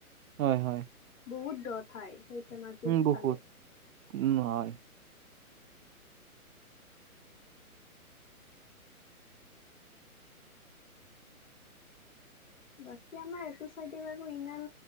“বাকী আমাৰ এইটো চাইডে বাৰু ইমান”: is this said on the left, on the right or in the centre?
Left